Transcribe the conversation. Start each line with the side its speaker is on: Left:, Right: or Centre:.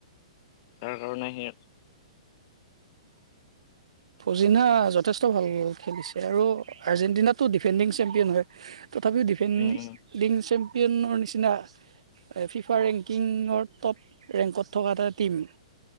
Left: তাৰ কাৰণে সি
Right: ফজিনা যথেষ্ট ভাল খেলিছে আৰু আৰ্জেণ্টিিনটো ডিফেণ্ডিং চেম্পিয়ন হয়। তথাপিও ডিফেন
Left: উম উম
Right: লিং চেম্পিয়নৰ নিচিনা,। ফিফা ৰেংকিঙৰত ৰেংকত থকা এটা টিম,।